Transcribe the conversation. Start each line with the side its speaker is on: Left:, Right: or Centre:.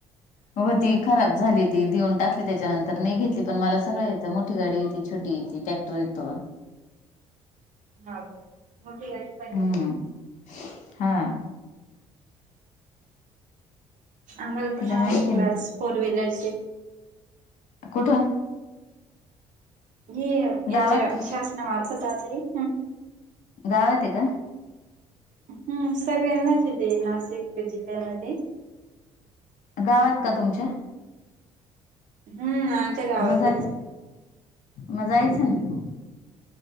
Left: होती खराब झाली ती देऊन टाकली त्याच्यानंतर नाही घेतली पण मला सगळं यत. मोठी गाडी येती छोटी येती टॅक्टर येतो.
Right: हा काय मोठी गाडी पण य
Left: हम्म हा.
Right: आम्हाला
Left: तिला
Right: पण
Left: माहिती
Right: आलेय क्लास
Left: ना
Right: फोर व्हीलरचे.
Left: कुठं?
Right: हे याच्या
Left: गावात
Right: शासन मारफत राहते.
Left: गावात हे का?
Right: हम्म सगळ्यांनाच हे ते नाशिक ते जिल्ह्यामध्ये.
Left: गावात का तुमच्या?
Right: हम्म आमच्या गावातच.
Left: म जाय म जायचं ना